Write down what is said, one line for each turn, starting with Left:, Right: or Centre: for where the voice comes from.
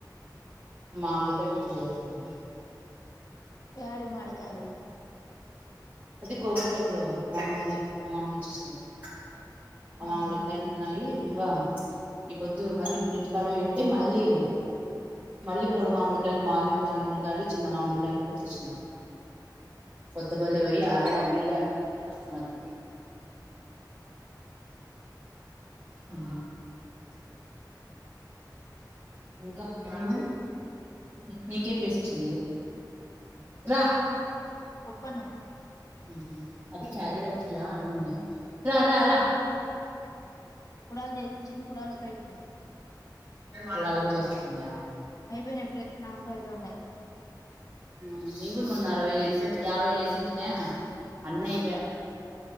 Right: మామిడికాయ పప్పు చేస్తున్న
Left: యాడివి మామిడికాయలు
Right: అదే కోగటం లో మామలుగా మా మామ తెచ్చి ఇచ్చినాడు అ
Left: ఆహా
Right: మామిడికాయలు ఉన్నాయి ఇంకా ఈ పొద్దు మళ్ళీ ఇప్పుడు ఇంటికాడికి పాయింటే మళ్ళీ మళ్ళీ మూడు మామిడికాయలు మాగినేటివి మామిడికాయలు చిన్న మామిడికాయలు పెట్టిచ్చినారు కొత్తపల్లి పోయి ఆడ ఈడ అని తిని వచ్చినారు ఆ
Left: <inaudible>
Right: ఇంకా ఉమ్ నీకేం చేసి ఇచ్చింది రా
Left: పొప్పన్నం
Right: ఉహు అది క్యారీ కట్టిలా అని అనిండా రా రా రా
Left: కుడాలు చేసి చిన్న కుడాలు అయిపోయినాయి
Right: కుడాలు కూడా చేస్తుందా
Left: అయిపోయినాయి అప్పుడే నాలుగో ఐదో ఉన్నాయి
Right: ఉమ్ నేను కూడా మొన్న అరవై చేసి యావై చేసింటినాయా అన్ని అయ్పాయ